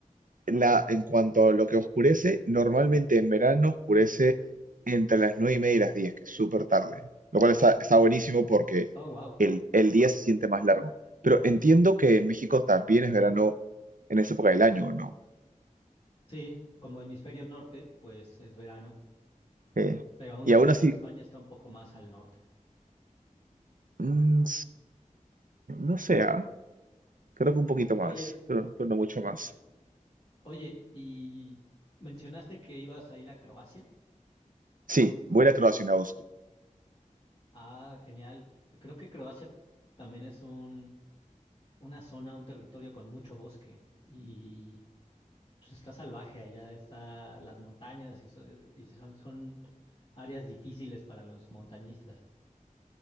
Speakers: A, on the right (about 75°); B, on the left (about 45°).
A: la, en cuanto a lo que oscurece, normalmente en verano oscurece entre las nueve y media y las diez que es súper tarde. Lo cual está, está buenísimo porque
B: Oh, wow.
A: el, el día se siente más largo. Pero entiendo que en México también es verano en esa época del año, ¿no?
B: Sí, como hemisferio norte, pues es verano,
A: Eh,
B: pero aún
A: y
B: así
A: aún así,
B: creo que España está un poco más al norte.
A: mm, No sé, ah, Creo que un poquito más,
B: Oye,
A: pero, pero no mucho más.
B: oye, y mencionaste que ibas a ir a Croacia.
A: Sí, voy a ir a Croacia en agosto.
B: Ah, genial. Creo que Croacia también es un una zona, un territorio con mucho bosque y pues está salvaje allá, está las montañas y, so- y son, son áreas difíciles para los montañistas.